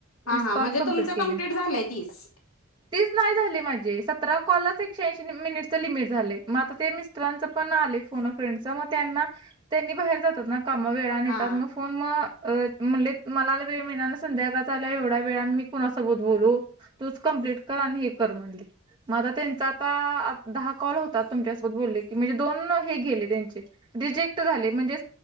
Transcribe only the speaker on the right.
वीस
कॉल
केले
तीच नाही झाले माझे सतरा कॉललाच एकशेऐंशी मिनिटच लिमिट झाले मग आता ते मि मिस्टरांच पण आलेय फोन अ फ्रेंडच मग त्यांना त्यांनी बाहेर जातात ना काम वेळान येतात
मग फोन मग म्हणलेत मलाला वेळ मिळणार नाही संध्याकाळ आल्या एवढ्या वेळ आ मी कुणासोबोत बोलू. तुच कम्प्लीट कर आणि हे कर म्हणले. मग आता त्यांचा आता दहा कॉल होतात तुमच्यासोबत बोलले की म्हणजे दोन हे गेले त्यांचे. रिजेक्ट झाले, म्हणजे